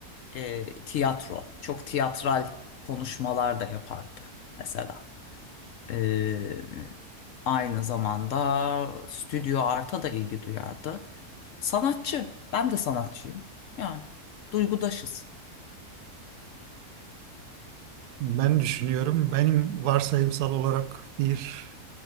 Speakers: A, on the left; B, on the right.
A: e, tiyatro, çok tiyatral konuşmalar da yapardı mesela. E, aynı zamanda stüdyo arta da ilgi duyardı. Sanatçı. Ben de sanatçıyım. Yani duygudaşız.
B: Ben düşünüyorum benim varsayımsal olarak bir